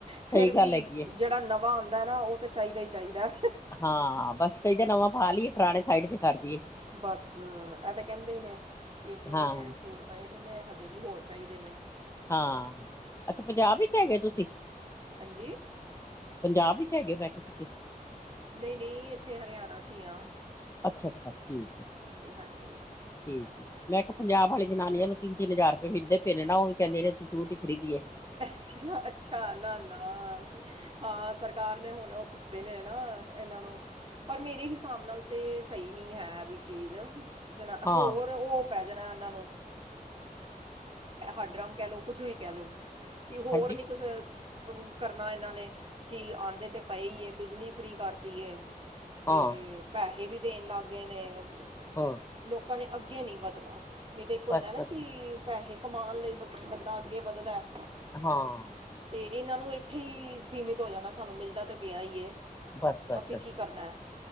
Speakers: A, on the right (about 40°); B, on the left (about 20°).
A: ਫੇਰ
B: ਸਹੀ
A: ਵੀ
B: ਗੱਲ ਹੈਗੀ ਏ
A: ਜੇੜਾ ਨਵਾਂ ਔਂਦਾ ਨਾ ਓ ਤਾਂ ਚਾਈਦਾ ਈ ਚਾਈਦਾ।
B: ਹਾਂ ਬਸ ਕਹੀ ਦਾ ਨਵਾਂ ਪਾ ਲੀਏ ਪੁਰਾਣੇ ਸਾਈਡ ਚ ਕਰ ਦੀਏ।
A: ਬਸ ਐ ਤਾਂ ਕੈਂਦੇ ਈ ਨੇ ਕੀ ਇੰਨੇ-ਇੰਨੇ
B: ਹਾਂ,
A: ਸੂਟ ਪਏ ਦੇ ਨੇ ਹਜੇ ਵੀ ਹੋਰ ਚਾਈਦੇ ਨੇ।
B: ਹਾਂ ਅੱਛਾ ਪੰਜਾਬ ਵਿੱਚ ਹੈਗੇ ਤੁਸੀਂ?
A: ਹਾਂਜੀ?
B: ਪੰਜਾਬ ਵਿੱਚ ਹੈਗੇ ਹੋ ਮੈਂ ਕੇ ਤੁਸੀਂ?
A: ਨਈ ਨਈ ਏਥੇ ਹਰਿਆਣਾ ਚ ਈ ਆ।
B: ਅੱਛਾ-ਅੱਛਾ, ਠੀਕ
A: ਹਾਂਜੀ
B: ਠੀਕ। ਮੈਂ ਕਿਹਾ ਪੰਜਾਬ ਵਾਲੀ ਜਨਾਨੀਆਂ ਨੂੰ ਤਿੰਨ-ਤਿੰਨ ਹਜ਼ਾਰ ਰੁਪਏ ਮਿਲਦੇ ਪਏ ਨੇ ਨਾ ਓ ਕੈਂਦੀਆ ਨੇ ਅਸੀਂ ਸੂਟ ਈ ਖਰੀਦੀਏ।
A: ਅ <unintelligible> ਅੱਛਾ, ਨਾ -ਨਾ ਹਾਂ ਸਰਕਾਰ ਨੇ ਹੁਣ ਓ ਦਿੱਤੇ ਨੇ ਨਾ, ਏਨਾਂ ਨੂੰ। ਪਰ ਮੇਰੇ ਹਿਸਾਬ ਨਾਲ ਤੇ ਸਈ ਨੀ ਹੈ ਵੀ ਚੀਜ਼, ਜਨਾ
B: ਹਾਂ,
A: ਹੋਰ ਓ ਪੈ ਜਣਾ ਓਨਾਂ ਨੂੰ, ਹੱਡਰਮ ਕੈ ਲੋ ਕੁੱਛ ਵੀ ਕੈ ਲੋ। ਕੀ ਹੋਰ
B: ਹਾਂਜੀ,
A: ਨੀ ਕੁੱਛ ਕਰਨਾ ਏਨਾਂ ਨੇ, ਕੀ ਆਂਦੇ ਤੇ ਪਏ ਈ ਐ ਬਿਜਲੀ ਫ੍ਰੀ ਕਰਤੀਏ। ਤੇ
B: ਹਾਂ,
A: ਪੈਸੇ ਵੀ ਦੇਣ ਲਾਗੇ ਨੇ,
B: ਹਾਂ,
A: ਲੋਕਾਂ ਨੇ ਅੱਗੇ ਨੀ ਵਧਣਾ। ਨਈ ਤੇ ਇੱਕ ਹੁੰਦਾ
B: ਬਸ-ਬਸ,
A: ਨਾ ਕੀ, ਪੈਸੇ ਕਮਾਣ ਲਈ ਬ ਬੰਦਾ ਅੱਗੇ ਵੱਧਦਾ।
B: ਹਾਂ।
A: ਤੇ ਏਨਾਂ ਨੂੰ ਏਥੇ ਈ ਸੀਮਿਤ ਹੋ ਜਾਣਾ, ਸਾਨੂੰ ਮਿਲਦਾ ਤੇ ਪਿਆ ਈ ਏ।
B: ਬਸ-ਬਸ,
A: ਅਸੀਂ ਕੀ ਕਰਨਾ,